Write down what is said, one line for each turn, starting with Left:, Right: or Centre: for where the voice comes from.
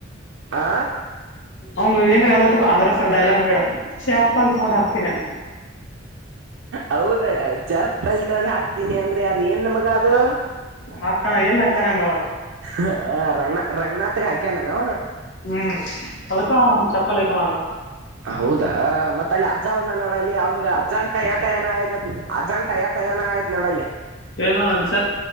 Right: ಆ
Left: ಹಂಗ ಏನ್ರ ಅ ತಗ ಅಂದ್ರ ಸರ್ ಡೈಲಾಗ್ ಹೇಳ ಶೇಪ್ಪ ಅಲ್ ತೊಗೊಂಡ ಹಕ್ತೀನಿ ನಾನ
Right: ಹೌದ ಚಪ್ಪಲ್ ತಂದ ಹಾಕ್ತೀನಿ ಅಂದ್ರರಿ ಅದ ಏನ್ಮಗ ಅದು
Left: ಹಾಕ್ತಾನ ಎಲ್ಲಿ ಹಾಕ್ತಾನೆ ಅಂಬಲ ಅವ.
Right: ಹಾ ರಂಗನಾ ರಂಗನಾಥ ಹಕನ ನ
Left: ಹ್ಮ್ ಅದಕ್ಕ ಒಂದು ಚಪ್ಪಲ್ ಐತ ಮಾಡ್ತಾನ
Right: ಹೌದಾ ಮತ್ತ ಅಲ್ಲಿ ಅಜ್ಜ ಬಂದ ನೋಡಲ್ಲಿ ಅವಂದು್ ಅಜ್ಜಂಟ ಆಏಟ ಏನ ಆಯ್ತ ಅಜ್ಾಂ ಟಯಾ ಟಯಣ ಆಯ್ ನೋಡಲ್ಲಿ
Left: ಏನ ಅಜ